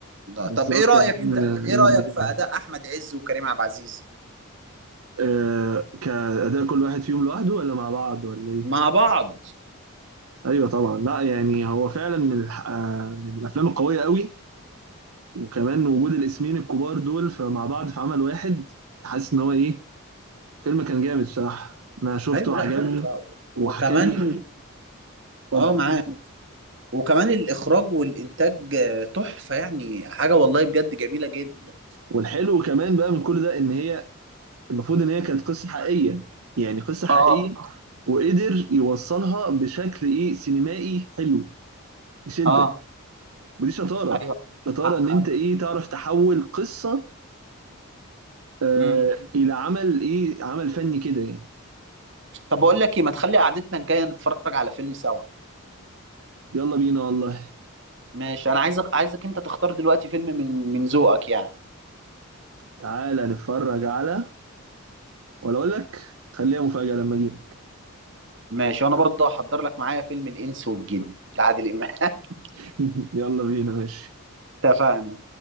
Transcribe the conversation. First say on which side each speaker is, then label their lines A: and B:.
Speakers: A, on the right; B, on the right.
A: ده
B: بالظبط
A: طب ايه رأيك
B: يعني
A: انت
B: الإنجليزية
A: ايه رأيك في اداء احمد عز وكريم عبد العزيز
B: آه كأداء كل واحد فيهم لوحده ولا مع بعض ولا إيه؟
A: مع بعض
B: أيوه طبعا لا يعني هو فعلا من الح- آه من الأفلام القوية قوي وكمان وجود الاسمين الكبار دول فمع بعض في عمل واحد حاسس إن هو إيه فيلم كان جامد الصراحة أنا شفته
A: ايوه
B: وعجبني
A: لا تحفه وكمان
B: وحكى لي اتفضل
A: اه معاك وكمان الإخراج والإنتاج آه، تحفة يعني حاجة والله بجد جميلة جدا
B: والحلو كمان بقى من كل ده إن هي المفروض إن هي كانت قصة حقيقية يعني قصة حقيقية
A: اه
B: وقدر يوصلها بشكل إيه سينمائي حلو يشدك
A: اه
B: ودي شطارة
A: ايوه
B: شطارة
A: آه.
B: إن أنت إيه تعرف تحول قصة آه
A: مم.
B: إلى عمل إيه عمل فني كده يعني
A: طب بقول لك ايه ما تخلي قعدتنا الجايه نتفرج على فيلم سوا
B: يلا بينا والله
A: ماشي انا عايزك عايزك انت تختار دلوقتي فيلم من من ذوقك يعني
B: تعالى نتفرج على ولا أقول لك خليها مفاجأة لما أجي
A: ماشي وانا برضه هحضر لك معايا فيلم الانس والجن لعادل امام <laughs>
B: <laughs> <applause> يلا بينا ماشي
A: اتفقنا